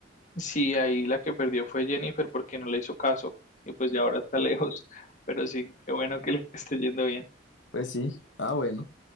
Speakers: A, on the left; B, on the left.
A: sí, ahí la que perdió fue Jennifer porque no le hizo caso y pues ya ahora está <laughs> lejos, pero sí, qué bueno que le esté yendo bien.
B: Pues sí, ah, bueno.